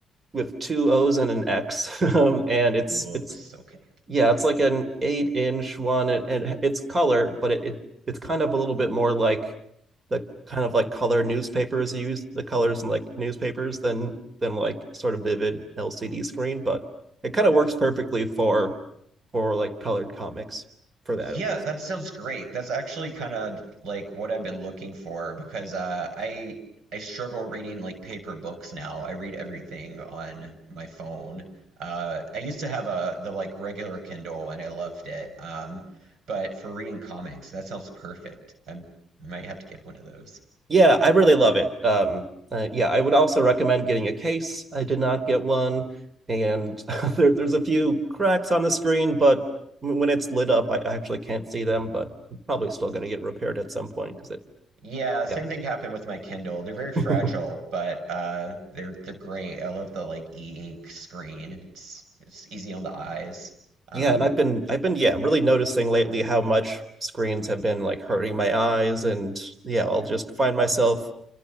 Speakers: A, on the right (about 35°); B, on the right (about 75°).
A: with two O's and an X, <laughs> and it's
B: Books.
A: it's
B: Okay.
A: yeah, it's like an eight inch one, and, and it's color, but it, it it's kind of a little bit more like the kind of like color newspapers use the colors in like newspapers than than like sort of vivid LCD screen, but it kind of works perfectly for for like colored comics for that
B: Yeah,
A: at least.
B: that sounds great. That's actually kind of like what I've been looking for because uh, I I struggle reading like paper books now. I read everything on my phone. Uh, I used to have a the like regular Kindle and I loved it. Um, but for reading comics, that sounds perfect. I might have to get one of those.
A: yeah, I really love it. Um, uh, yeah, I would also recommend getting a case. I did not get one, and <laughs> there, there's a few cracks on the screen, but when it's lit up, I actually can't see them. But I'm probably still going to get repaired at some point because it,
B: Yeah, same
A: yeah,
B: thing happened with my Kindle. They're very fragile,
A: <laughs>
B: but uh, they're they're great. I love the like e-ink screen. It's it's easy on the eyes. Um,
A: yeah. And I've been, I've been, yeah, really noticing lately how much screens have been like hurting my eyes, and yeah, I'll just find myself